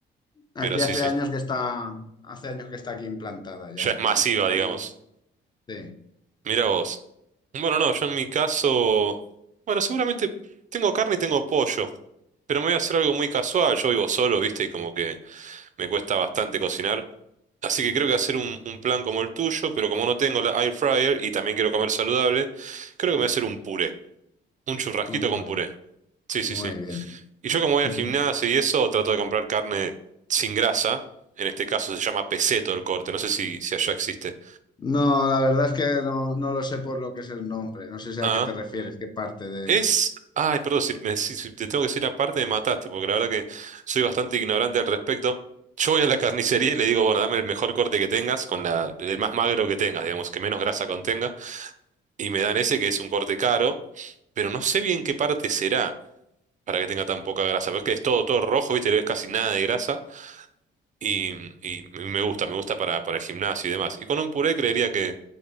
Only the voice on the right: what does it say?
Pero sí,
sí.
Ya es masiva,
digamos.
Mira vos. Bueno, no, yo en mi caso. Bueno, seguramente tengo carne y tengo pollo. Pero me voy a hacer algo muy casual. Yo vivo solo, ¿viste? Y como que me cuesta bastante cocinar. Así que creo que hacer un, un plan como el tuyo, pero como no tengo la air fryer y también quiero comer saludable, creo que me voy a hacer un puré. Un churrasquito
con puré. Sí, sí,
sí.
Y yo como voy
al gimnasio y eso, trato de comprar carne sin grasa. En este caso se llama peseto el corte, no sé si, si allá existe.
Ah,
es... Ay, perdón, si, me- si- si te tengo que decir aparte me mataste, porque la verdad que soy bastante ignorante al respecto. Yo voy a la carnicería y le digo, bueno, dame el mejor corte que tengas, con la, el más magro que tengas, digamos, que menos grasa contenga. Y me dan ese que es un corte caro, pero no sé bien qué parte será para que tenga tan poca grasa. Porque es que es todo, todo rojo, ¿viste? No es casi nada de grasa. Y, y me gusta, me gusta para, para el gimnasio y demás. Y con un puré creería que